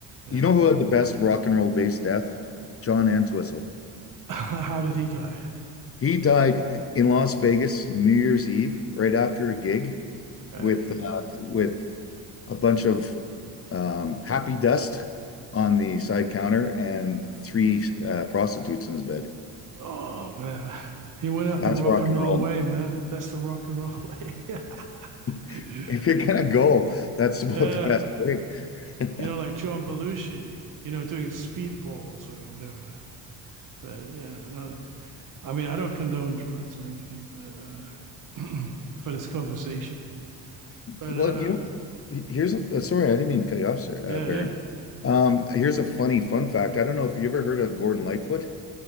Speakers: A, on the right; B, on the left.
A: Yeah.
B: you know who had the best rock and roll bass death? John Entwistle.
A: <laughs> How did he die?
B: He died in Las Vegas New Year's Eve, right after a gig
A: Right.
B: with uh, with a bunch of um, happy dust on the side counter and three uh, prostitutes in his bed.
A: Oh man. He went out
B: That's
A: the rock
B: rock
A: and
B: and
A: roll
B: roll.
A: way, man. That's the rock and roll way. <laughs> yeah.
B: man. <laughs> If you're gonna go, that's about
A: yeah.
B: the best way. <laughs>
A: You know, like John Belushi, you know, doing speedballs or whatever. But yeah, no, I mean, I don't condone drugs or anything, but uh, <clears throat> for this conversation. But
B: Well,
A: uh,
B: you know, here's a uh, sorry, I didn't mean to cut you off, sir, uh,
A: yeah,
B: Baron.
A: yeah.
B: Um, here's a funny fun fact. I don't know if you ever heard of Gordon Lightfoot.